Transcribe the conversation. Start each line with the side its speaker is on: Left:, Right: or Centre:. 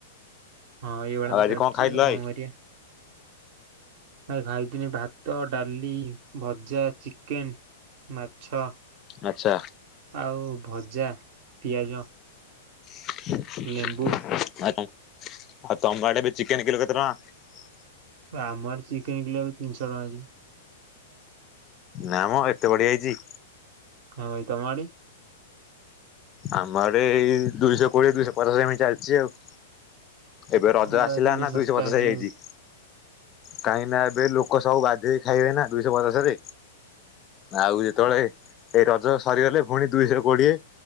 Right: ହଁ ଏଇଭଳିଆ
Left: ଆଉ
Right: ତ
Left: ଆଜି
Right: ଚାଲିଚି
Left: କଣ ଖାଇଥିଲ
Right: ଆଉ
Left: ଭାଇ?
Right: କଣ କରିଆ? ଭାଇ ଖାଇଥିନି ଭାତ ଡାଲି ଭଜା ଚି ଚିକେନ୍ ମାଛ
Left: ଆଚ୍ଛା
Right: ଆଉ ଭଜା ପିଆଜ।
Left: <inaudible> ଆଚ୍ଛା।
Right: ଲେମ୍ବୁ
Left: ଆଉ ତବା ଆଡେ ବି ଚିକେନ କିଲୋ କେତେ ଟଙ୍କା
Right: ଆମର ଚିକେନ କିଲ ଏବେ ତିନିଶହ ଟଙ୍କା କି
Left: ନାାମ ଏତେ ବଢିଆ ହେଇଛି
Right: ହଁ ଭାଇ ତ ମାଡି
Left: ଆମର ଏଇ ଦୁଇଶହ କୋଡିଏ ଦୁଇଶହ ପଚାଶ ଏମି ଚାଲିଛି ଆଉ ଏବେ ରଜ
Right: ତମ ଆଡେ
Left: ଆସିଲା
Right: ଭାଇ ତାହେଲେ ଟିକେ
Left: ନା
Right: ଶସ୍ତା
Left: ଦୁଇଶହ ପଚାଶ
Right: ଅଛି
Left: ହେଇଯାଇଛି
Right: ଆଉ
Left: କାହିଁକି ନା ଏବେ ଲୋକ ସବୁ ଗାଧେଇ ଖାଇବେ ନା ଦୁଇଶହ ପଚାଶ ରେ ଆଉ ଯେତେବେଳେ ଏଇ ରଜ ସରିଗଲେ ପୁଣି ଦୁଇଶହ କୋଡ଼ିଏ